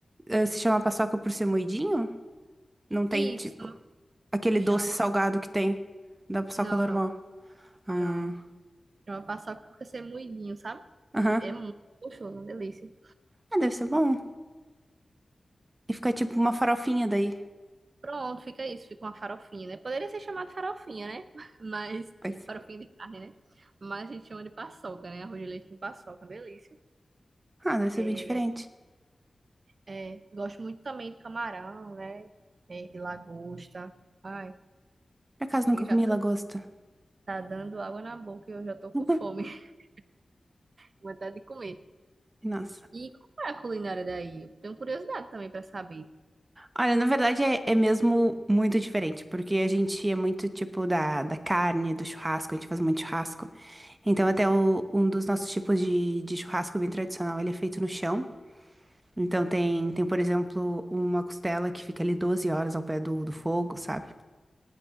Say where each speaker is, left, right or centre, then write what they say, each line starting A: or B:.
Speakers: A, on the right; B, on the right.
A: ah, se chama paçoca por ser moidinho? Não tem,
B: E
A: tipo,
B: isso chama,
A: aquele
B: chama
A: doce salgado
B: paçoca.
A: que tem da paçoca
B: Não,
A: normal.
B: não,
A: Ah,
B: não. Chama paçoca porque você é moidinho, sabe?
A: aham.
B: É muito gostoso, uma delícia.
A: Ah, deve ser bom. E fica tipo uma farofinha daí.
B: Pronto, fica isso. Fica uma farofinha, né? Poderia ser chamado farofinha, né? <laughs> Mas,
A: Pois.
B: farofinha de carne, né? Mas a gente chama de paçoca, né? Arroz de leite com paçoca, delícia.
A: Ah, deve ser
B: É,
A: bem diferente.
B: É, gosto muito também de camarão, né? É, de lagosta. Ai,
A: Por acaso
B: chega,
A: nunca
B: já
A: comi
B: tá
A: lagosta.
B: tá dando água na boca e eu já tô com
A: <laughs>
B: fome, <laughs> com vontade de comer.
A: Nossa.
B: E como é a culinária daí? Eu tenho curiosidade também pra saber.
A: Olha, na verdade é, é mesmo muito diferente, porque a gente é muito tipo da, da carne, do churrasco, a gente faz muito churrasco. Então, até o- um dos nossos tipos de, de churrasco bem tradicional, ele é feito no chão. Então, tem, tem, por exemplo, uma costela que fica ali 12 horas ao pé do, do fogo, sabe?